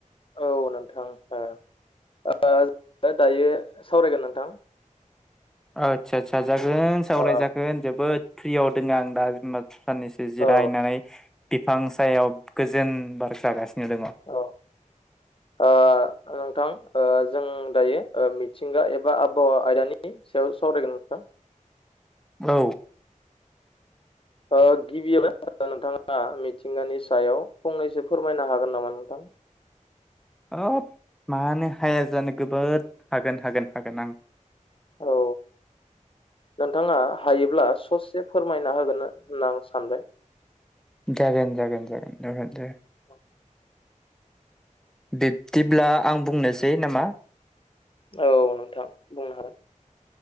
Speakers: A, on the left (about 40°); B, in the centre.
A: औ नोंथां ओ ओ दायो सावरायगोन नोंथां।
B: ओ आस्सा आदसा जागोन सावरायजागोन
A: ओ
B: जोबोद फ्रियाव दङ आं दा <inaudible> साननैसो जिरायनानै
A: औ
B: बिफां सायाव गोजोन बार जागासिनो दङ
A: औ ओह ओ नोंथां ओ जों दायो मिथिंगा एबा आबहावा आयदानि सायाव सावरायगोन नोंथां <inaudible>
B: औ
A: ओ गिबियावनो नोंथाङा मिथिंगानि सायाव फंनैसो फोरमायनो हागोन नामा नोंथां <inaudible>
B: औ मानो हाया जानो गोबोद हागोन हागोन हागोन आं
A: औ नोंथाङा हायोब्ला स एसे फोरमायना होगोन होनना आं सानबाय
B: जागोन जागोन जागोन दे
A: औ
B: बिब्दिब्ला आं बुंनोसै नामा
A: औ नोंथां बुंनो हागोन।